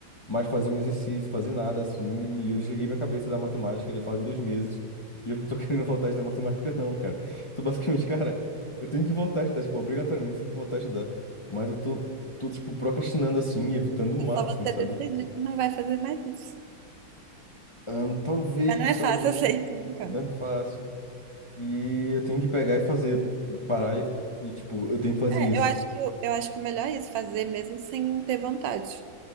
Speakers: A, on the left; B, on the right.
A: mais fazer um exercício, fazer nada, assim. E eu desliguei minha cabeça da matemática já fazem dois meses. E eu não tô <laughs> querendo voltar a estudar matemática, não, cara. Então, basicamente, cara, eu tenho que voltar a estudar, tipo, obrigatoriamente tenho que voltar a estudar. Mas eu tô, tô tipo, procrastinando, assim, e evitando o máximo,
B: é só você
A: sabe?
B: decidir que não vai fazer mais isso.
A: Ah, talvez,
B: Mas não é
A: talvez.
B: fácil, eu sei, tô brincando.
A: Não é fácil. E eu tenho que pegar e fazer, parar e, e, tipo, eu tenho que fazer
B: É,
A: isso.
B: eu acho que, o- eu acho que o melhor é isso, fazer mesmo sem ter vontade.